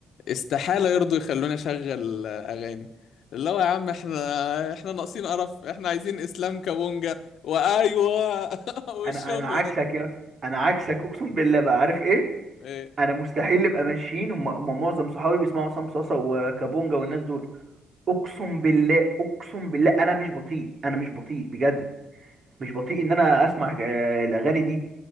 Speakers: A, on the left; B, on the right.
A: استحالة يرضوا يخلوني اشغل اغاني اللي هو يا عم احنا احنا ناقصين قرف احنا عايزين اسلام كابونجا وايوه <laughs> والشغل
B: انا انا عكسك
A: ده
B: يا اسطى انا عكسك اقسم بالله بقى عارف ايه
A: ايه
B: انا مستحيل نبقى ماشيين هم هم معظم صحابي بيسمعوا عصام صاصه وكابونجا والناس
A: مم.
B: دول اقسم بالله اقسم بالله انا مش بطيء انا مش بطيء بجد مش بطيء ان انا اسمع آه، الاغاني دي